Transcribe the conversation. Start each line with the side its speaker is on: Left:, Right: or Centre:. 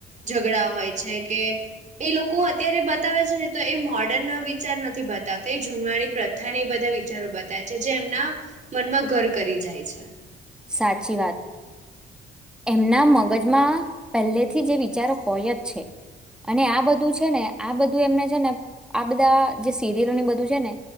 Right: ઝઘડા હોય છે કે એ લોકો અત્યારે બતાવે છે ને તો એ મોર્ડર્ન વિચાર નથી બતાવતા એ જૂનવાણી પ્રથા બધા વિચારો બતાવે. જે એમના મનમાં ઘર કરી જાય છે.
Centre: સાચી વાત એમના મગજમાં પહેલેથી જ એ વિચારો હોય જ છે. અને આ બધું છે ને આ બ ધું અમને છે ને આ બધા જે સિરીયલો ને બધું છે ને